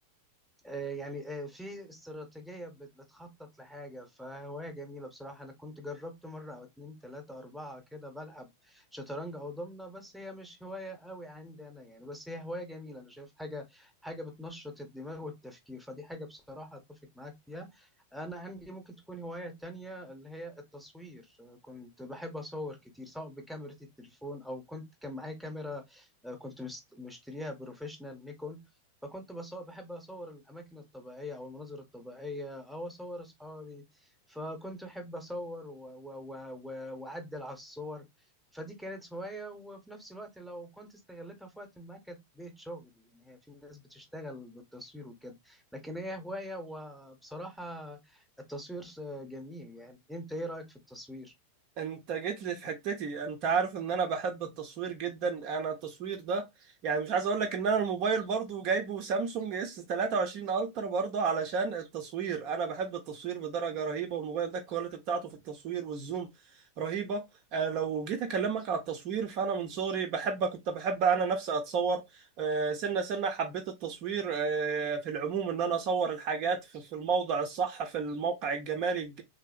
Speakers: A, in the centre; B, on the right.
A: آه، يعني آه، في استراتيجية بت- بتخطط لحاجة فهواية جميلة بصراحة أنا كنت جربت مرة أو اتنين تلاتة أربعة كده بلعب شطرنج أو ضمنة بس هي مش هواية قوي عندي أنا يعني بس هي هواية جميلة أنا شايف حاجة حاجة بتنشط الدماغ والتفكير فدي حاجة بصراحة أتفق معاك فيها أنا عندي ممكن تكون هواية تانية اللي هي التصوير آه، كنت بحب أصور كتير سواء بكاميرا التليفون أو كنت كان معايا كاميرا آه، كنت مست- مشتريها بروفيشنال نيكون فكنت بصور بحب أصور الأماكن الطبيعية أو المناظر الطبيعية أو أصور أصحابي فكنت أحب أصور و- و- و- و- وأعدل على الصور فدي كانت هواية وفي نفس الوقت لو كنت استغلتها في وقت ما كانت بقت شغل يعني هي في ناس بتشتغل بالتصوير وكده لكن هي هواية وبصراحة التصوير جميل يعني أنت إيه رأيك في التصوير؟
B: انت جيت لي في حتتي انت عارف ان انا بحب التصوير جدا انا التصوير ده يعني مش عايز اقول لك ان انا الموبايل برضو جايبه سامسونج اس 23 الترا برضو علشان التصوير انا بحب التصوير بدرجة رهيبة والموبايل ده الكواليتي بتاعته في التصوير والزوم رهيبة آه، لو جيت اكلمك على التصوير فانا من صغري بحب كنت بحب انا نفسي اتصور آه، سنة سنة حبيت التصوير آه، في العموم ان انا اصور الحاجات في في الموضع الصح في الموقع الجمالي